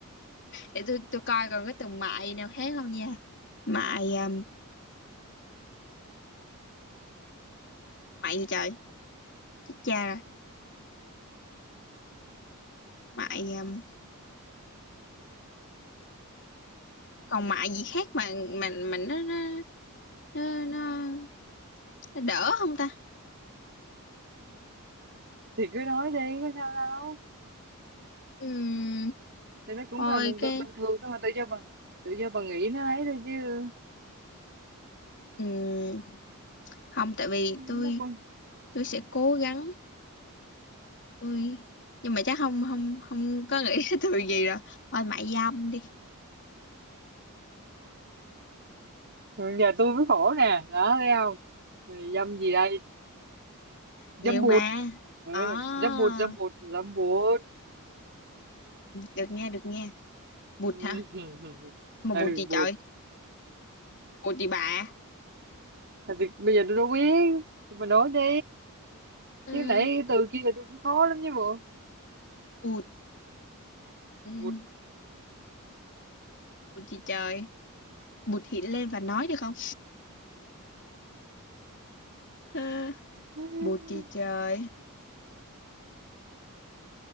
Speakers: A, on the left (about 55°); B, on the right (about 50°).
A: Để tôi tôi coi còn cái từ mại nào khác không nha. Mại um, mại gì trời chết cha rồi mại um, còn mại gì khác mà mình mình nó nó nó nó, nó đỡ không ta
B: Thì cứ nói đi, có sao đâu.
A: Ừm,
B: Thì nó cũng
A: thôi
B: là một
A: cái
B: từ bình thường thôi mà tự do bà, tự do bà nghĩ nó ấy thôi chứ.
A: ừm, không tại vì
B: Nó
A: tôi
B: cũng...
A: tôi sẽ cố gắng tôi nhưng mà chắc không không không có nghĩ <laughs> cái từ gì rồi thôi mại dâm đi
B: <laughs> Giờ tôi mới khổ nè, đó thấy không? Thì Dâm gì đây?
A: nhiều
B: dâm bụt
A: mà
B: ừ,
A: à,
B: dâm bụt dâm bụt dâm bụt
A: được nha được nha bụt
B: ừ, <laughs>
A: hả mà
B: ừ,
A: bụt gì
B: bụt
A: trời bụt gì bà
B: Thôi thì bây giờ tôi đâu biết tôi mà nói đi
A: Ừm,
B: chứ nãy từ kia là tôi cũng khó lắm chứ bộ
A: bụt ừm,
B: bụt
A: bụt gì trời bụt hiện lên và nói được không Ờ,
B: Ừ,
A: bụt gì trời